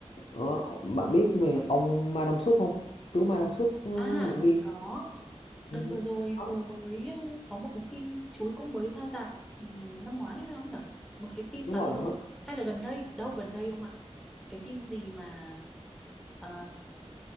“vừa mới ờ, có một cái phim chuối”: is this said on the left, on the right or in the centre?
Centre